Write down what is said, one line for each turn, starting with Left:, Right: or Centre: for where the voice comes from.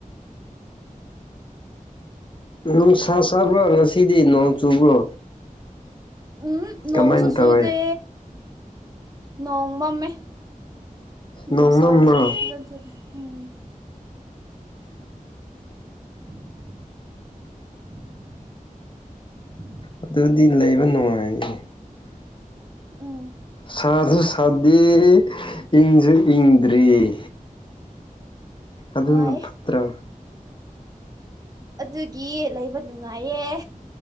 Left: ꯅꯨꯡꯁꯥ ꯁꯥꯕ꯭ꯔꯣ ꯉꯁꯤꯗꯤ ꯅꯣꯡ ꯆꯨꯕ꯭ꯔꯣ
Right: ꯎꯝ ꯅꯣꯡꯣꯡꯁꯨ
Left: ꯀꯃꯥꯏꯅ
Right: ꯁꯨꯗꯦ
Left: ꯇꯧꯋꯦ
Right: ꯅꯣꯡꯣꯡ ꯃꯥ ꯃ
Left: ꯅꯣꯡꯃꯝꯕ꯭ꯔꯣ
Right: ꯎ ꯁꯥꯁꯨꯕ ꯆꯗꯦ ꯎꯝ <unintelligible>
Left: ꯑꯗꯨꯗꯤ ꯂꯩꯕ ꯅꯨꯡꯉꯥꯏꯅꯤꯅꯤ
Right: ꯎꯝ
Left: ꯁꯥꯗꯨꯨ ꯁꯥꯗꯦ ꯏꯟꯁꯨ ꯏꯟꯗ꯭ꯔꯔꯤ ꯑꯗꯨꯅ
Right: ꯅꯨꯡꯉꯥꯏꯌꯦ
Left: ꯐꯠꯇ꯭ꯔ
Right: ꯑꯗꯨꯒꯤ ꯂꯩꯕ ꯅꯨꯡꯉꯥꯏꯌꯦ